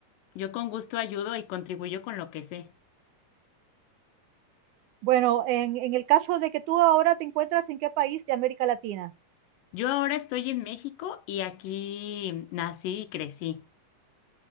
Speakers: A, on the left; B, on the right.
A: yo con gusto ayudo y contribuyo con lo que sé.
B: Bueno, en, en el caso de que tú ahora te encuentras en qué país de América Latina.
A: Yo ahora estoy en México y aquí nací y crecí.